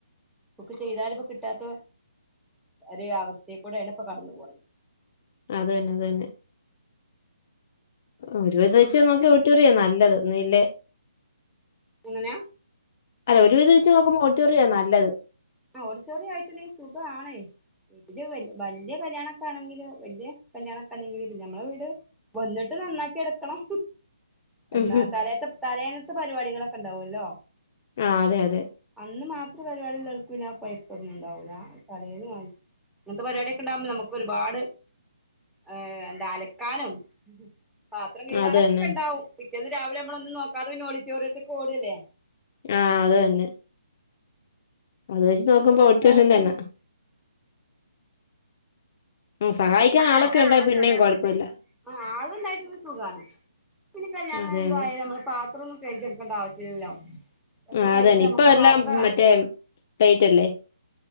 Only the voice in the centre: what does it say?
ബുക്ക് ചെയ്താല് ഇപ്പോ കിട്ടാത്ത ഒരു അവസ്ഥക്കൂടെ ആണ് ഇപ്പൊ കടന്നു പോകണത്
എങ്ങനെയാ
ആ ഓഡിറ്റോറിയം ആയിട്ട്ണ്ടെങ്കിൽ സുഖാണേ വീട്ടില് വലിയ കല്യാണൊക്കെ ആണെങ്കില് വല്യ കല്യാണൊക്കെ ആണെങ്കിലില്ന്നെ നമ്മളെ വീട് വന്നിട്ട് നന്നാക്കി എടുക്കണം എന്നാ
തലേത്തെ തലേന്നത്തെ പരിപാടികളൊക്കെ ഉണ്ടാവല്ലോ
അന്ന് മാത്രം പരിപാടി ഉള്ളോൽക്ക് ഇന്ക് ആ കൊയ്പ്പൊന്നും ഉണ്ടാവൂല പിന്നെ കൊഴപ്പം ഒന്നും ഉണ്ടാവൂല്ലാ തലേന്ന് <inaudible> ഇങ്ങനത്തെ പരിപാടൊക്കെ ഉണ്ടാവകുമ്പോ നമു ഒരുപാട് ഏ എന്താ അലക്കാനും പാത്രം കഴുകാനൊക്കെ
ണ്ടാവും പിറ്റേന്ന് രാവിലെ നമ്മളൊന്നും നോക്കാതെ ഓഡിറ്റോറിയത്തേക്ക് ഓടല്ലേ
വീട്ടില്
ജോലിക്കാരൊക്കെ
ഉണ്ടെങ്കിൽ
അയിന്
ആളെ
കണ്ടാ
പിന്നെ ആ ആളുണ്ടായി പിന്നെ സുഖാ പിന്നെ കല്യാണം
എന്തോ
ആയാലും നമ്മള് പാ ഇത്രൊന്നും തേചെടുക്കേണ്ട ആവശ്യമില്ലല്ലോ ഒക്കെ
കഴുകിട്ട്
നമുക്ക്
പാത്രം